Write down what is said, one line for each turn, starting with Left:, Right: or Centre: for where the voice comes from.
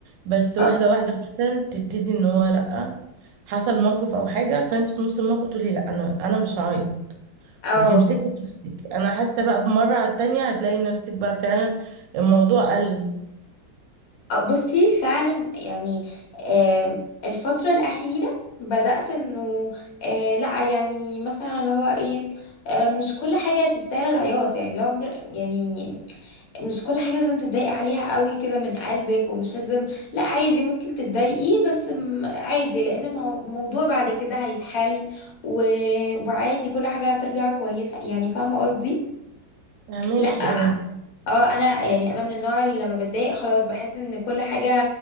Right: بس
Left: اه
Right: واحدة واحدة مثلا تبتدي ان هو لأ حصل موقف او حاجة فانت في نص الموقف تقولي لأ انا انا مش هعيط
Left: آه.
Right: وتمسكي نفسك انا حاسه بقى بمره على التانية هتلاقي نفسك بقى فعلا الموضوع قل
Left: آه، بصي فعلا يعني آم، الفترة الأخيرة بدأت انه آه، لا يعني مثلا اللي هو ايه آه، مش كل حاجة تستاهل العياط يعني لو مر- يعني مش كل حاجة لازم تتضايقي عليها قوي كده من قلبك ومش لازم لا عادي ممكن تتضايقي بس م- عادي لأن المو- الموضوع بعد كده هيتحل و... وعادي كل حاجة هترجع كويسة يعني فاهمة قصدي؟
Right: فهماكي
Left: لا
Right: اه
Left: اه انا يعني انا من النوع اللي لما بتضايق خلاص بحس ان كل حاجة